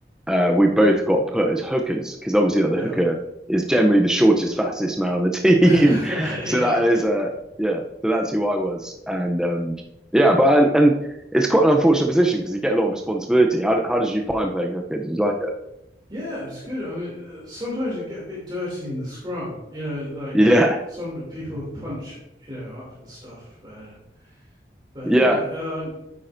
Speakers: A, in the centre; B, on the right (about 25°).
A: uh, we both got put as hookers because obviously like,
B: yeah,
A: the hooker is generally the shortest, fastest man on the team.
B: <laughs>
A: <laughs> So that
B: yeah,
A: is, uh, yeah. So that's who I was, and um, yeah. But and, and it's quite an unfortunate position because you get a lot of responsibility. How how did you find playing hooker? Did you like it?
B: yeah. It's good. I mean, uh, sometimes it get a bit dirty in the scrum. You know, like
A: Yeah,
B: some people would punch, you know, up and stuff. Uh, but
A: yeah.
B: yeah, um,